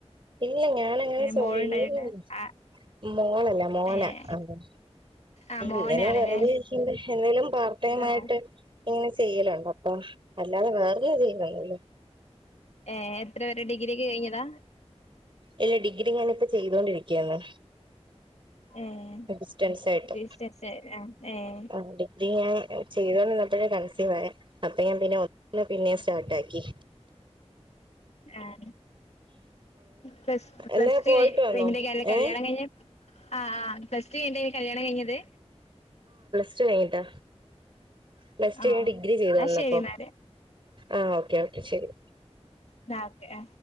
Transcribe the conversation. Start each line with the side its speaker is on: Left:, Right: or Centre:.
Right: ഇല്ല ഞാനങ്ങനെ
Left: ഏഹ്
Right: <unintelligible>
Left: മോളുണ്ടായോണ്ട് ആഹ്
Right: മോളല്ല മോന
Left: ഏഹ്
Right: അതെ
Left: ആഹ് മോനാണ്ല്ലേ
Right: ഇങ്ങനെ വെറുതെ എന്തേലും പാർടൈമായിട്ട്
Left: ആഹ്
Right: ഇങ്ങനെ ചെയ്യലുണ്ട് അപ്പൊ അല്ലാതെ വേറൊന്നും ചെയ്യില്ലല്ലോല്ലേ
Left: ഏ എത്ര വരെ ഡി ഗ്രിക്ക് കഴഞ്ഞതാ?
Right: ഇല്ല ഡിഗ്രി ഞാനിപ്പോ ചെയ്തൊണ്ടിരിക്കയന്ന്
Left: ഏഹ്
Right: ഡിസ്റ്റൻസായിട്ട്
Left: ബിസിനസ് ആഹ് ഏഹ്
Right: ആ ഡിഗ്രി ഞാൻ ചെയ്തോണ്ടിരുന്നപ്പോഴ കൺസീവായെ. അപ്പൊ ഞാൻ പിന്നെ ന്നെ പിന്നേം സ്റ്റാർട്ടാക്കി
Left: ആഹ് പ്ലസ് പ്ലസ്
Right: എന്നാ
Left: ടു
Right: പോയിട്ട് വന്നോ
Left: കഴിഞ്ഞ കല്യാണം
Right: ഏ
Left: കഴിഞ്ഞെ? <unintelligible> ആ ആ പ്ലസ് ടു കഴിഞ്ഞിട്ട കല്യാണം കഴിഞ്ഞത്?
Right: ച്ച കയിഞ്ഞിട്ട പ്ലസ് ടു
Left: ആഹ്
Right: കഴിഞ്ഞ് ഡിഗ്രി ചെയ്തോന്ന്
Left: എന്നാ
Right: റഞ്ഞപ്പൊ
Left: ശരി എന്നാല്
Right: ആ ഓക്കെ ഓക്കേ ശെരി
Left: ന്നാ ക്കെ